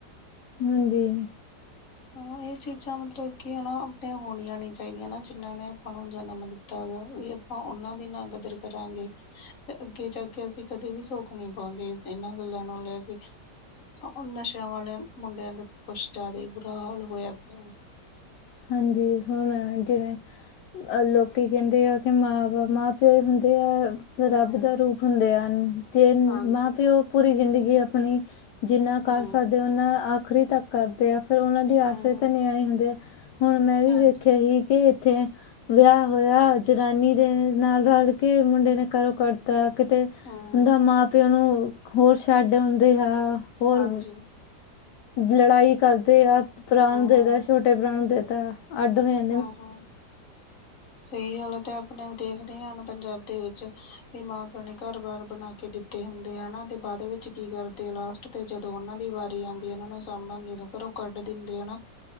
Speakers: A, on the left; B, on the left.
A: ਹਂਜੀ।
B: ਹੁਣ ਏ ਚੀਜ਼ਾਂ ਮਤਲਬ ਕਿ ਹਨਾ ਅਪਣੀਆਂ ਹੋਣੀਆਂ ਨੀ ਚਾਹੀਦੀਆਂ ਨਾ, ਜਿਨਾਂ ਨੇ ਅਪਾਂ ਨੂੰ ਜਨਮ ਦਿੱਤ ਤਾ ਗਾ ਵਈ ਅਪਾਂ ਔਨਾਂ ਦੀ ਨਾ ਕਦਰ ਕਰਾਂਗੇ ਤੇ ਅੱਗੇ ਜਾ ਕੇ ਅਸੀਂ ਕਦੇ ਵੀ ਸੁੱਖ ਨਹੀਂ ਪਾੰਗੇ ਇਸ ਤੇ ਏਨਾਂ ਗੱਲਾਂ ਨੂੰ ਲੈ ਕੇ। ਹਾਂ, ਨਸ਼ਿਆਂ ਵਾਲਿਆਂ ਮੁੰਡਿਆਂ ਦੇ ਕੁਛ ਜੈਦਾ ਈ ਬੁਰਾ ਹਾਲ ਪੇਯੈ।
A: ਹਾਂਜੀ, ਹੁਣ ਜਿਵੇਂ ਅਹ ਲੋਕੀ ਕੈੰਦੇ ਆ ਕਿ ਮਾਂ-ਬਾ ਮਾਂ-ਪਿਓ ਹੁੰਦੇ ਐ। ਰੱਬ
B: ਹੂੰ
A: ਦਾ ਰੂਪ ਹੁੰਦੇ ਹਨ। ਜੇ
B: ਹਾਂਜੀ
A: ਮਾਂ-ਪਿਓ ਪੂਰੀ ਜ਼ਿੰਦਗੀ ਅਪਣੀ ਜਿੰਨਾ
B: ਹੂੰ
A: ਕਰ ਸਕਦੇ ਉਨਾ ਆਖਰੀ ਤੱਕ ਕਰਦੇ ਆ, ਫਿਰ ਔਨਾਂ ਦੀ
B: ਹੂੰ
A: ਆਸੇ ਵੇਚ
B: ਹੂੰ।
A: ਨਿਆਣੇ ਹੁੰਦੇ ਐ। ਹੁਣ, ਮੈਂ ਵੀ
B: ਹਾਂਜੀ
A: ਵੇਖਿਆ ਹੀ ਕੇ ਏਥੇ ਵਿਆਹ ਹੋਯਾ ਜਨਾਨੀ ਦੇ ਨਾਲ ਰਲ ਕੇ ਮੁੰਡੇ ਨੇ ਘਰੋ ਕਡਤਾ। ਕਿਤੇ ਹੂੰਦਾ
B: ਹੂੰ
A: ਮਾਂ-ਪਿਓ ਨੂੰ ਹੋਰ ਛੱਡ ਔੰਦੇ ਹਾਂ। ਹੋਰ,
B: ਹਾਂਜੀ
A: ਲੜਾਈ ਕਰਦੇ ਆ ਪੁਤਰਾ
B: ਹੂੰ-ਹੂੰ,
A: ਨੂੰ ਦੇਤਾ ਛੋਟੇ ਭਰਾ ਨੂੰ ਦੇਤ ਤਾਂ ਅੱਡਵੇਂ
B: ਹਾਂ, ਹਾਂ। ਸਹੀ ਗੱਲਤ ਐ, ਤੇ ਅਪਨੇ ਆਪ ਦੇਖਦੇ ਆਂ ਹੁਨ ਪੰਜਾਬ ਦੇ ਵਿੱਚ ਬਈ ਮਾਂ-ਪਿਓ ਨੇ ਘਰ ਬਾਰ ਬਣਾ ਕੇ ਦਿੱਤ ਤੇ ਹੁੰਦੇ ਆ ਨਾ ਤੇ ਬਾਦ ਵਿੱਚ ਕੀ ਕਰਦੇ ਐ ਲਾਸਟ ਤੇ ਜਦੋਂ ਔਨਾਂ ਦੀ ਵਾਰੀ ਆੰਦੀ ਔਨਾਂ ਨੂੰ ਸਾਂਭਣ ਦੀ ਦ ਘਰੋਂ ਕੱਢ ਦਿੰਦੇ ਆ ਹਨਾ,